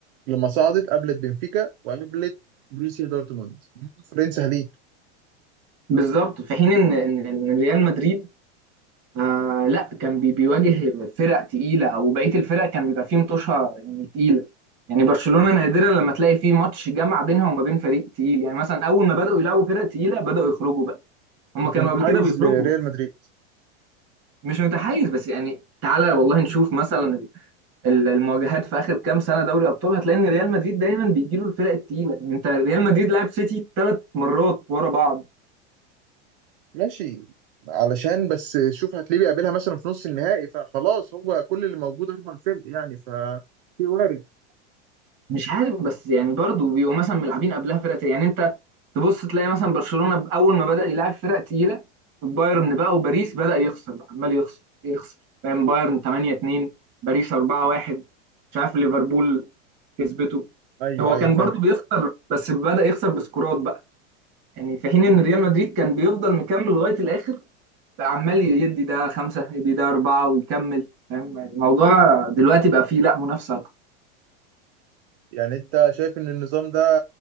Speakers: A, on the right (about 50°); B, on the right (about 35°).
A: لما صعدت قابلت بنفيكا وقابلت بروسيا دورتموند فرنسا ليه
B: بالظبط في حين ان ان إن ريال مدريد آه لا كان بي- بيواجه فرق تقيله او بقيه الفرق كان بيبقى فيه متوشه يعني تقيله يعني برشلونه نادرا لما تلاقي فيه ماتش جمع بينها وما بين فريق تقيل يعني مثلا اول ما بداوا يلعبوا فرق تقيله بداوا يخرجوا بقى هم
A: انت
B: كانوا
A: متحيز
B: قبل كده بيخرجوا
A: لريال مدريد
B: مش متحيز بس يعني تعالى والله نشوف مثلا ال- المواجهات في اخر كام سنه دوري ابطال هتلاقي ان ريال مدريد دايما بيجي له الفرق التقيله يعني انت ريال مدريد لعب سيتي ثلاث مرات ورا بعض
A: ماشي علشان بس شوف هتلاقيه بيقابلها مثلا في نص النهائي فخلاص هو كل اللي موجود اربع فرق يعني ف في وارد
B: مش عارف بس يعني برضه بيبقوا مثلا ملعبين قبلها فرق تقيله يعني انت تبص تلاقي مثلا برشلونه اول ما بدا يلعب فرق تقيله بايرن بقى وباريس بدا يخسر بقى عمال يخسر يخسر فاهم بايرن 8 2 باريس 4 1 مش عارف ليفربول كسبته
A: ايوه
B: هو
A: ايوه
B: كان
A: فاهم
B: برضه بيخسر بس بدا يخسر بسكورات بقى يعني في حين ان ريال مدريد كان بيفضل مكمل لغايه الاخر عمال يدي ده خمسة يدي ده أربعة ويكمل فاهم الموضوع دلوقتي بقى فيه لا منافسة أكتر
A: يعني انت شايف ان النظام ده